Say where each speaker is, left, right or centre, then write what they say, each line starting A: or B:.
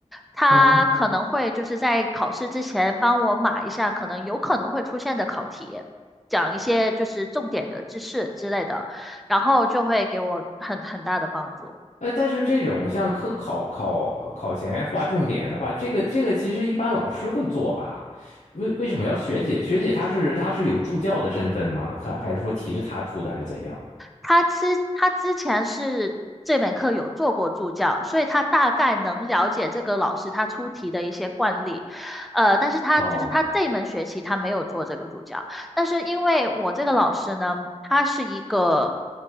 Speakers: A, in the centre; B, on the left.
A: 她可能会就是在考试之前帮我码一下可能有可能会出现的考题，
B: 嗯。
A: 讲一些就是重点的知识之类的，然后就会给我很很大的帮助。
B: 呃，但是这种像课考考考前划重点的话，这个这个其实一般老师会做吧？为为什么要学姐？学姐她是她是有助教的身份吗？还还是说题是她出的，还是怎样？
A: 他之他之前是这门课有做过助教，所以他大概能了解这个老师他出题的一些惯例，呃，但是他就是他这门学期他没有做这个助教，
B: 哦，
A: 但是因为我这个老师呢，他是一个